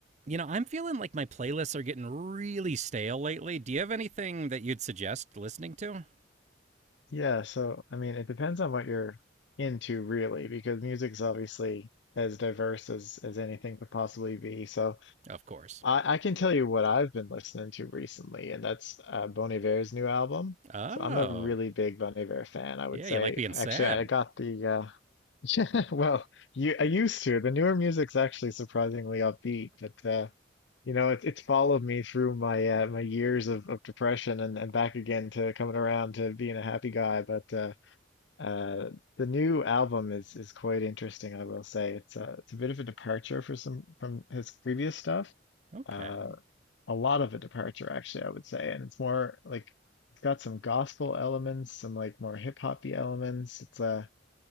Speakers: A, on the right; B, on the left.
A: You know, I'm feeling like my playlists are getting really stale lately. Do you have anything that you'd suggest listening to?
B: Yeah, so I mean, it depends on what you're into really, because music's obviously as diverse as as anything could possibly be. So
A: Of course.
B: I I can tell you what I've been listening to recently, and that's uh, Bon Iver's new album.
A: Oh,
B: So I'm a really big Bon Iver fan. I would
A: yeah,
B: say
A: you like being
B: actually
A: sad.
B: I got the uh <laughs> yeah, well, you I used to. The newer music's actually surprisingly upbeat, but uh you know, it's it's followed me through my uh, my years of, of depression and, and back again to coming around to being a happy guy. But uh, uh, the new album is is quite interesting, I will say. It's a it's a bit of a departure for some from his previous stuff.
A: Okay,
B: Uh, a lot of a departure, actually, I would say. And it's more like it's got some gospel elements, some like more hip hoppy elements. It's uh